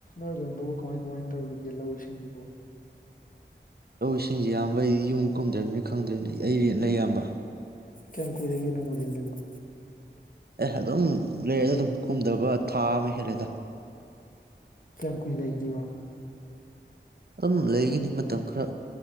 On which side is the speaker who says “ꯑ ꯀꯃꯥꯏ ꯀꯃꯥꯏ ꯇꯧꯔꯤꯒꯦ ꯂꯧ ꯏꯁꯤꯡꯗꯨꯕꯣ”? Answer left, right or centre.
Left